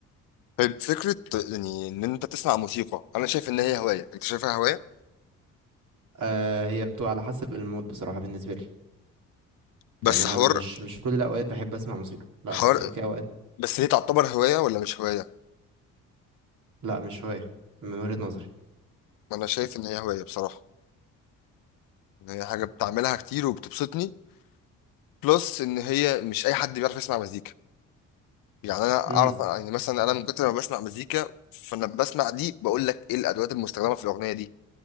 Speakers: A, on the left; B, on the right.
A: طيب فكره يعني ان انت تسمع موسيقى انا شايف ان هي هوايه انت شايفها هوايه
B: أه هي بتبقى على حسب المود بصراحه بالنسبه لي
A: بس
B: يعني انا
A: حوار
B: مش مش في كل الاوقات بحب اسمع موسيقى لا
A: حوار
B: يعني في اوقات
A: بس هي تعتبر هوايه ولا مش هوايه
B: لا مش هوايه من وجهه نظري
A: انا شايف ان هي هوايه بصراحه ان هي حاجه بتعملها كتير وبتبسطني بلس ان هي مش اي حد بيعرف يسمع مزيكا يعني انا
B: امم
A: اعرف يعني مثلا انا من كتر ما بسمع مزيكا فانا بسمع دي بقول لك ايه الادوات المستخدمه في الاغنيه دي